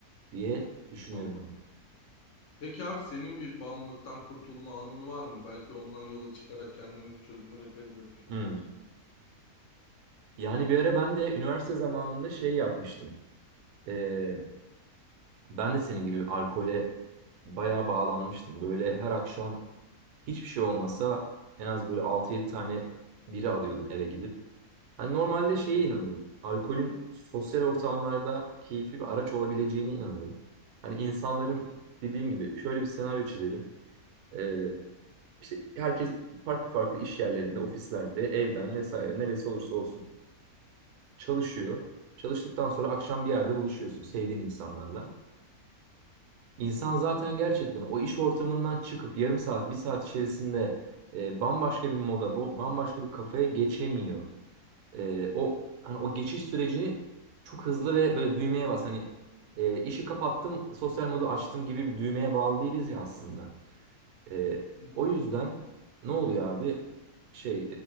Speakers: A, on the right; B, on the left.
A: diye düşünüyorum
B: Allah'ım.
A: abi.
B: Peki abi senin bir bağımlılıktan kurtulma anın var mı? Belki ondan yola çıkarak kendime bir çözüm üretebilirim şu
A: Hmm.
B: an için.
A: Yani bir ara ben de üniversite zamanında şey yapmıştım. Ee, ben de senin gibi alkole bayağı bağlanmıştım. Böyle her akşam hiçbir şey olmasa en az böyle altı yedi tane biri alıyordum eve gidip. Hani normalde
B: Allah
A: şeye
B: Allah.
A: inanırım. Alkolün sosyal ortamlarda keyifli bir araç olabileceğine inanırım. Hani insanların
B: Hı hı.
A: dediğin gibi şöyle bir senaryo çizelim. Ee, işte herkes farklı farklı iş yerlerinde, ofislerde, evden vesaire neresi olursa olsun çalışıyor. Çalıştıktan sonra akşam bir yerde buluşuyorsun sevdiğin insanlarla. İnsan zaten gerçekten o iş ortamından çıkıp yarım saat, bir saat içerisinde e, bambaşka bir moda, bo- bambaşka bir kafaya geçemiyor. E, o hani o geçiş sürecini çok hızlı ve böyle düğmeye bas hani e, işi kapattım sosyal modu açtım gibi bir düğmeye bağlı değiliz ya aslında. E,
B: Hı hı.
A: o yüzden ne oluyor abi? Şey